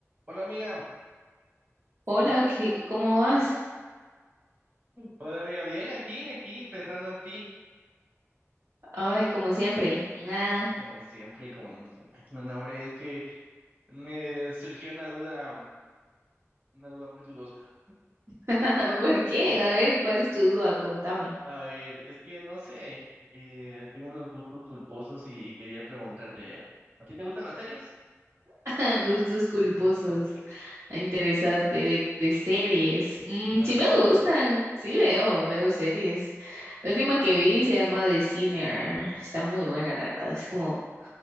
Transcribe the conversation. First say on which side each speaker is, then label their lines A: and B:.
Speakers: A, on the right; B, on the right.
A: Hola amiga,
B: Hola, ¿qué, cómo vas?
A: hola amiga, bien, aquí, aquí, pensando en ti,
B: Ay,
A: Eh,
B: como siempre. Ah,
A: como siempre y como nunca. <laughs> No, hombre, es que me surgió una duda, mm, una duda muy dudosa.
B: <laughs> ¿por qué? A ver, ¿cuál es tu duda? Contame.
A: A ver, es que no sé, eh, tengo unos gustos culposos y, y quería preguntarte, ¿a ti te gustan las series?
B: <laughs> Gustos culposos.
A: <laughs>
B: Ah, Interesante, de, de series. Mm,
A: Ajá,
B: sí me gustan, sí veo, veo series. La última que vi se llama The Sinner. Está muy buena, la verdad. Es como